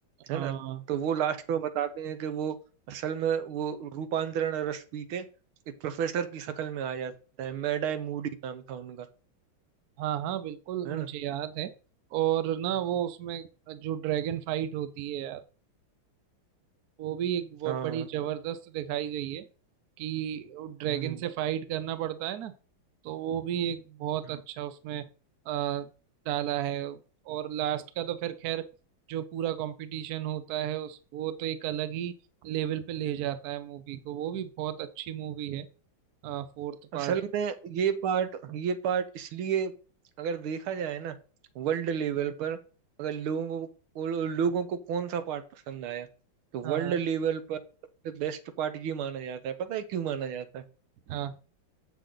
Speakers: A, on the right (about 65°); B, on the right (about 80°).
A: हाँ
B: है ना तो वो लास्ट में बताते हैं कि वो असल में वो रूपांतरण रस पी के एक प्रोफेसर की शक्ल में आ जाता है मैडाई मूडी नाम था उनका
A: हाँ हाँ बिल्कुल
B: है
A: मुझे
B: ना
A: याद है और ना वो उसमें जो ड्रैगन फाइट होती है यार वो भी एक वो
B: हाँ
A: बड़ी जबरदस्त दिखाई गई है कि ड्रैगन
B: हम्म
A: से फाइट करना पड़ता है ना तो वो भी एक बहुत
B: हम्म।
A: अच्छा उसमें अ, डाला है और लास्ट का तो फिर खैर जो पूरा कंपटीशन होता है उस वो तो एक अलग ही लेवल पे ले जाता है मूवी को वो भी बहुत अच्छी मूवी है फोर्थ
B: असल
A: पार्ट
B: में ये पार्ट ये पार्ट इसलिए अगर देखा जाए ना वर्ल्ड लेवल पर अगर लोगों को लोगों को कौन सा पार्ट पसंद आया तो
A: हाँ
B: वर्ल्ड
A: हाँ
B: लेवल पर सबसे बेस्ट पार्ट ये माना जाता है पता है क्यों माना जाता है
A: हाँ